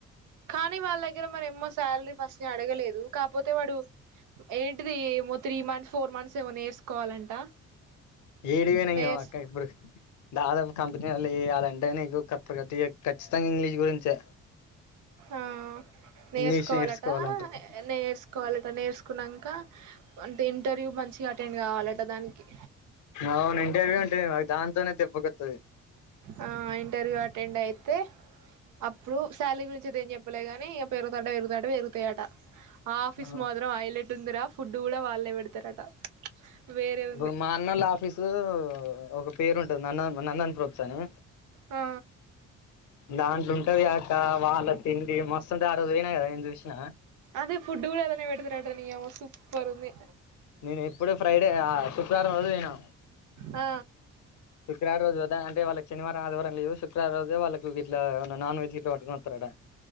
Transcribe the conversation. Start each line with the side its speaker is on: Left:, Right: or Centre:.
Right: కానీ వాళ్ళ దగ్గర మరే ఎమ్మో శాలరీ ఫస్ట్ అడగలేదు కాపోతే వాడు ఏంటిది ఏమో త్రీ మంత్స్ ఫోర్ మంత్స్ ఏమో నేర్చుకోవాలంట
Left: ఏడికి పోయిన ఇయ్యావా
Right: నేర్స్
Left: అక్క ఇప్పుడు దాదాపు కంపెనీ వాళ్ళ చేయాలంటే నీకు కాప్ ఖచ్చితంగా ఇంగ్లీష్ గురించే
Right: ఆ నెర్సుకోవాలట
Left: ఇంగ్లీష్ నేర్చుకోవాలంటారు
Right: నెర్సు కోవాలట నేర్సుకున్నంక అంటే ఇంటర్వ్యూ మంచిగా అటెండ్ కావాలట దానికి
Left: అవును ఇంటర్వ్యూ ఉంటది మాకు దాంతోనే దెప్పగొత్తది
Right: ఆ ఇంటర్వ్యూ అటెండ్ అయితే అప్పుడు శాలరీ గురించి దేం చెప్ చెప్పలేగానీ ఇగా పెరుగుతాంటే పెరుగుతాంటే పెరుగుతయట ఆఫీస్
Left: ఆ
Right: మాత్రం ఐలెట్ ఉందిరా ఫుడ్ కూడా వాళ్ళే పెడతారట వేరే
Left: ఇప్పుడు
Right: ఉంది
Left: మా నోళ్ళ ఆఫీసు ఒక పేరు ఉంటది న నన్ నన్ నందన్ ప్రూఫ్స్ అని
Right: ఆ
Left: దాంట్లో ఉంటది కాక వాళ్ళ తిండి మస్తుంటది ఆ రోజు పోయినా కదా నేను చూసినా
Right: అదే ఫుడ్ కూడా అల్లనే పెడతారట నీ అవ్వ సూపర్ ఉంది
Left: నేను ఇప్పుడే ఫ్రైడే ఆ శుక్రవారం రోజు పోయినా
Right: ఆ
Left: శుక్రవారం రోజు పోదమంటే వాళ్ళకు శనివారం ఆదివారం లీవ్స్ శుక్రవారం రోజుమో వాళ్లకు గిట్ల నాన్ వెజ్ గిట్ల పట్టుకోని వత్తారట